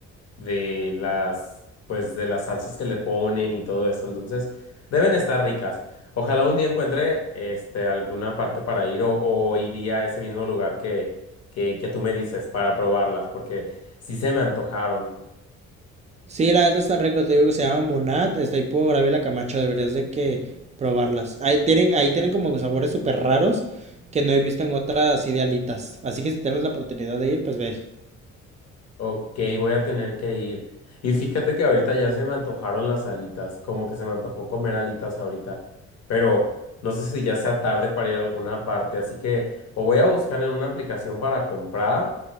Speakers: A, on the left; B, on the right.
A: de las, pues de las salsas que le ponen y todo eso. Entonces, deben estar ricas. Ojalá un día encuentre este alguna parte para ir o, o iría a ese mismo lugar que, que, que tú me dices para probarlas, porque sí se me antojaron.
B: Sí, la neta está rico, te digo que se llama Monat, está ahí por Ávila Camacho, deberías de que probarlas. Ahí tienen, ahí tienen como que sabores súper raros que no he visto en otras así de alitas. Así que si tienes la oportunidad de ir, pues ve.
A: Ok, voy a tener que ir. Y fíjate que ahorita ya se me antojaron las alitas, como que se me antojó comer alitas ahorita, pero no sé si ya sea tarde para ir a alguna parte, así que o voy a buscar en una aplicación para comprar